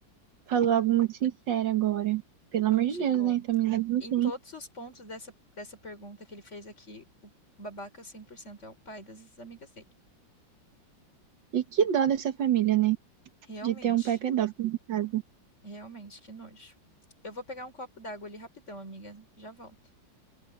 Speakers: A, on the right (about 70°); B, on the left (about 35°).
A: falou algo muito sincero agora. Pelo
B: Então,
A: amor
B: tipo.
A: de Deus, né? Então me engano muito
B: em todos
A: bem.
B: os pontos dessa, dessa pergunta que ele fez aqui, o babaca 100% é o pai das amigas dele.
A: E que dó dessa família, né?
B: Realmente,
A: De ter um pai pedófilo em casa.
B: realmente, que nojo. Eu vou pegar um copo d'água ali rapidão, amiga. Já volto.